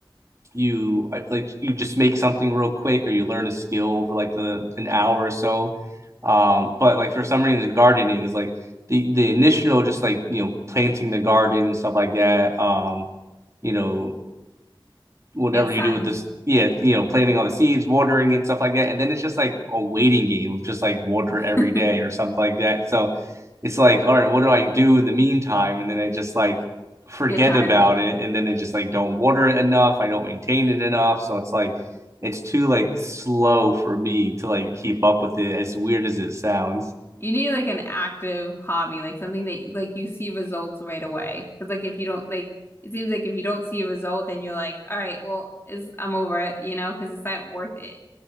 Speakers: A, on the right; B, on the left.
A: you like you just make something real quick or you learn a skill over like the an hour or so um but like for some reason gardening is like the the initial just like you know planting the garden and stuff like that um you know whatever
B: Takes
A: you
B: time.
A: do with this,
B: <laughs>
A: yeah, you know, planting all the seeds, watering it, stuff like that. And then it's just like a waiting game of just like water every
B: If
A: day or something like that. So it's like, all right, what do I do in the meantime? And then I just like forget
B: get tired
A: about
B: of it.
A: it. And then I just like don't water it enough. I don't maintain it enough. So it's like, it's too like slow for me to like keep up with it, as weird as it sounds.
B: You need like an active hobby, like something that like you see results right away. Because like if you don't like, it seems like if you don't see a result, then you're like, all right, well, it's, I'm over it, you know, because it's not worth it.